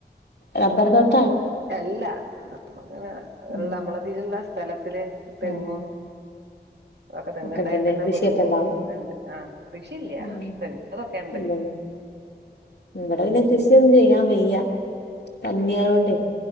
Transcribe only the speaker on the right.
അല്ല നമ്മുക്ക്നെ
ഇള്ള നമ്മളതിലുള്ള സ്ഥലത്തില് തെങ്ങും
തൊക്കെ തെങ്ങ്
ഇണ്ടായൽ തന്നെ
കൊതുമ്പും
ക്കെഇണ്ട് ആഹ് കൃഷില്ല
തെങ്ങ് ഇതൊക്കെ ഇണ്ട്